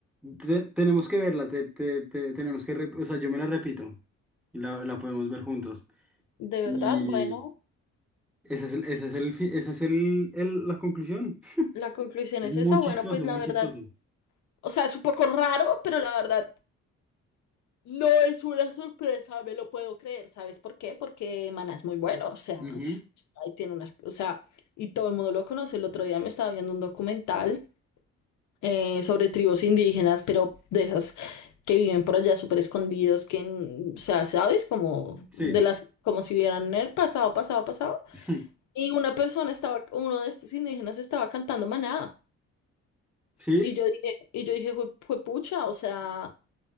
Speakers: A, in the centre; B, on the left (about 70°).
A: Te- tenemos que verla, te- te- te- tenemos que, rep- o sea, yo me la repito y la, la podemos ver juntos.
B: de verdad,
A: Y
B: bueno,
A: ese es el, ese es el, fi- ese es el, el- la conclusión.
B: la conclusión
A: Es
B: es
A: muy
B: esa,
A: chistoso,
B: bueno, pues la
A: muy
B: verdad,
A: chistoso.
B: o sea, es un poco raro, pero la verdad. No es una sorpresa, me lo puedo creer. ¿Sabes por qué? Porque Maná es muy bueno, o sea,
A: Ujú,
B: ahí tiene unas, o sea, y todo el mundo lo conoce. El otro día me estaba viendo un documental eh, sobre tribus indígenas, pero de esas que viven por allá súper escondidos, que, n- o sea, ¿sabes? Como
A: Sí,
B: de las, como si vieran el pasado, pasado, pasado.
A: <laughs>
B: Y una persona estaba, uno de estos indígenas estaba cantando Maná.
A: sí,
B: Y yo dije, y yo dije, fue pucha, o sea,